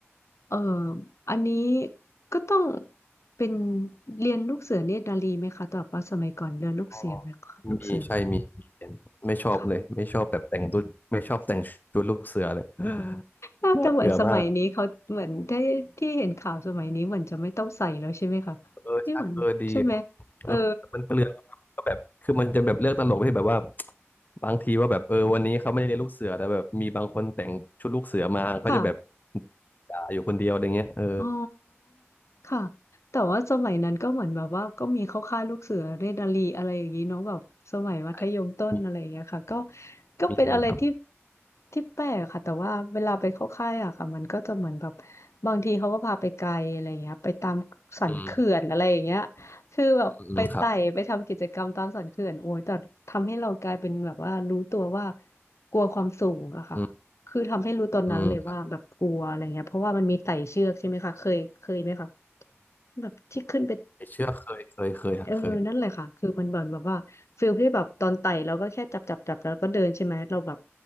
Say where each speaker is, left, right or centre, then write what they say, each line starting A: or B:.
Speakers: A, on the left; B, on the left.
A: เอออันนี้ก็ต้องเป็นเรียนลูกเสือเนตรนารีไหมคะแต่ว่าสมัยก่อนเรียนลูกเสือไหมคะลูกเสือ
B: ก็มีมีใช่มีมีเห็นไม่ชอบเลยไม่ชอบแบบแต่งตัวไม่ชอบแต่งชุดลูกเสือเลย
A: ค่ะ
B: <gasps> <laughs>
A: น่าจะเหมือนสมัยนี้เขาเหมือนที่ที่เห็นข่าวสมัยนี้เหมือนจะไม่ต้องใส่แล้วใช่ไหมคะที่เหมือนใช่ไหม
B: น่าเบื่อมาก เออใช่เออดีเออมันเปลืองก็แบบคือมันจะแบบเลือกตลกที่แบบว่า
A: เออ
B: บางทีว่าแบบเออวันนี้เขาไม่ได้เรียนลูกเสือแต่แบบมีบางคนแต่งชุดลูกเสือมาเขาจะแบบ
A: ค่ะ
B: ด่าอยู่คนเดียวอะไรเงี้ยเออ
A: อ๋อค่ะแต่ว่าสมัยนั้นก็เหมือนแบบว่าก็มีเข้าค่ายลูกเสือเรดาลีอะไรอย่างนี้เนาะแบบสมัยมัธยมต้นอะไรอย่างเงี้ยค่ะก็
B: ไอ้มี
A: ก็เป็นอะไรที่
B: มีมีครับ
A: ที่แปลกค่ะแต่ว่าเวลาไปเข้าค่ายอะค่ะมันก็จะเหมือนแบบบางทีเขาก็พาไปไกลอะไรอย่างเงี้ยไปตามสันเขื่อนอะไรอย่างเงี้ย
B: อืม
A: คือแบบไปไต่ไปทำกิจกรรมตามสันเขื่อนโอ้ยแต่ทำให้เรากลายเป็นแบบว่ารู้ตัวว่า
B: อืมครับ
A: กลัวความสูงอะค่ะ
B: อืม
A: คือทำให้รู้ตอนนั้นเลยว่าแบบกลัวอะไรเงี้ยเพราะว่ามันมีไต่เชือกใช่ไหมคะเคยเคยไหมคะ
B: อืม
A: แบบที่ขึ้นไป
B: ไม่เชื่อเคยเคยเคยฮะเคย
A: เออนั่นแหละค่ะ คือมันเหมือนแบบว่าฟิลที่แบบตอนไต่เราก็แค่จับจับจับแล้วก็เดินใช่ไหม เราแบบ